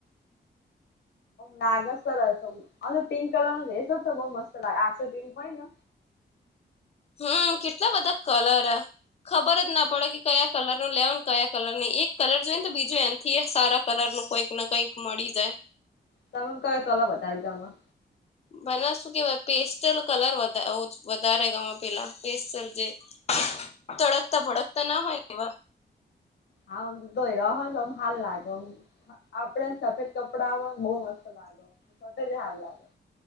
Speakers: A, on the left; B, on the left.
A: લાગસ સરસ અને પિંક કલર નો રસ જ તો બઉ મસ્ત લાગે આ પિંક હોય ને
B: હું કેટલા બધા કલર. ખબર જ ના પડે કે કયા કલર નો લેવને કયા કલર નની એક કલર જોઈએને તો બીજું એમ. થી એ સારા કલર નું કંઈક ના કંઈક મળી જાય.
A: તમે કંઈક કલમ હતા, આમાં
B: બને શું કેવાય પેસ્ટલ કલર વધારે ગમે પેલા પેસ્ટલ જે
A: હ <unintelligible>
B: તડકતા ભડકતા ના હોય કેવા.
A: હા તોય તો આમ હાલ લાગે, આપડે સફેદ કપડાં બહુ મસ્ત લાગી. લાગે સફેદ જ સાર લાગે.